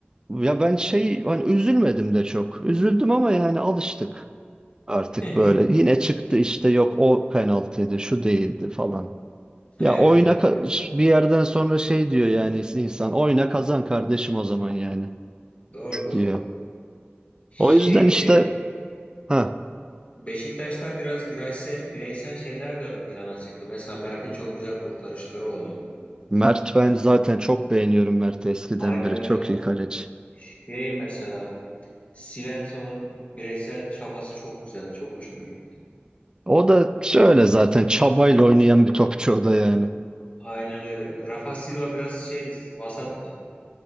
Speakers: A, on the right; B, on the left.
A: ya ben şey hani üzülmedim de çok. Üzüldüm ama yani alıştık. Artık
B: <laughs>
A: böyle yine çıktı işte yok o penaltıydı şu değildi falan.
B: Evet
A: Ya oyna
B: evet.
A: ka-
B: maalesef.
A: bir yerden sonra şey diyor yani insan oyna kazan kardeşim o zaman yani
B: Doğru doğru.
A: diyor.
B: Şeydi
A: O yüzden işte ha
B: Beşiktaş'ta biraz bireysel, bireysel şeyler de ön plana çıktı. Mesela Mert'in çok güzel kurtarışları oldu.
A: Mert ben zaten çok beğeniyorum Mert'i eskiden
B: Aynen
A: beri
B: öyle.
A: çok iyi kaleci.
B: Şey mesela Svensson'un bireysel çabası çok güzeldi. Çok hoşuma gitti.
A: O da şöyle zaten çabayla oynayan bir topçu o da yani.
B: Aynen öyle. Rafa Silva biraz şeydi, vasattı